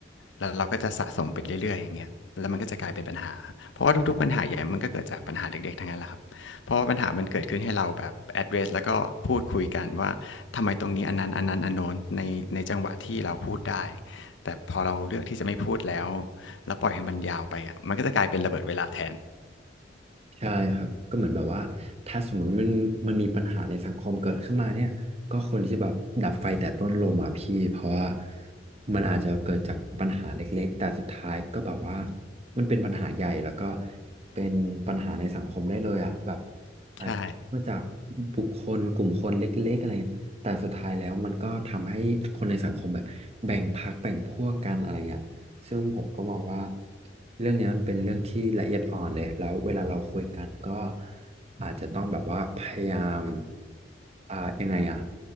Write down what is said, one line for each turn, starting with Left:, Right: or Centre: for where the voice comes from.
Left: แล้วเราก็จะสะสมไปเรื่อยๆอย่างเงี้ยแล้วมันก็จะกลายเป็นปัญหาเพราะว่าทุกๆปัญหาใหญ่มันก็เกิดจากปัญหาเด็กๆทั้งนั้นแหละครับเพราะว่าปัญหามันเกิดขึ้นให้เราแบบ address แล้วก็พูดคุยกันว่าทำไมตรงนี้อันนั้นอันนั้นอันโน้นในในจังหวะที่เราพูดได้แต่พอเราเลือกที่จะไม่พูดแล้วแล้วปล่อยให้มันยาวไปอ่ะมันก็จะกลายเป็นระเบิดเวลาแทน
Right: ใช่ครับก็เหมือนแบบว่าถ้าสมมติมันมันมีปัญหาในสังคมเกิดขึ้นมาเนี่ยก็คนที่จะแบบดับไฟแต่ต้นลมอ่ะพี่เพราะว่ามันอาจจะเกิดจากปัญหาเล็กๆแต่สุดท้ายก็แบบว่ามันเป็นปัญหาใหญ่แล้วก็เป็นปัญหาในสังคมได้เลยอ่ะแบบอาจจะมาจาก
Left: ใช่
Right: บุคคลกลุ่มคนเล็กๆอะไรเงี้ยแต่สุดท้ายแล้วมันก็ทำให้คนในสังคมแบบแบ่งพรรคแบ่งพวกกันอะไรเงี้ย ซึ่งผมก็มองว่าเรื่องเนี้ยมันเป็นเรื่องที่ละเอียดอ่อนเลย แล้วเวลาเราคุยกันก็อาจจะต้องแบบว่าพยายามอ่ายังไงอะ